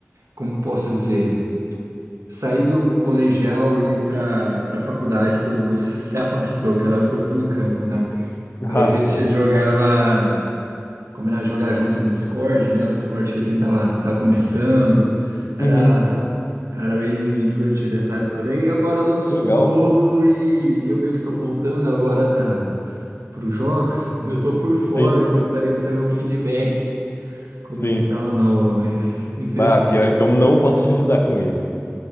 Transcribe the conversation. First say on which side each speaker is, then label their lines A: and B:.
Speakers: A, on the right; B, on the left.
A: como posso dizer? Saí do colegial e ir para para faculdade, todo mundo se afastou, cada um foi para um canto, né? A
B: Ah,
A: gente
B: sim.
A: jogava, combinava de jogar junto no Discord, né? O Discord recém tava, tava começando, era,
B: Uhum.
A: era bem divertido essa época. Daí agora lançou
B: Legal.
A: um novo e eu meio que tô voltando agora para os jogos. <laughs> Eu tô por fora
B: Sim,
A: e gostaria de saber um feedback, como
B: sim.
A: que tá o novo, mas interessante.
B: Ah, pior é que eu não posso te ajudar com isso.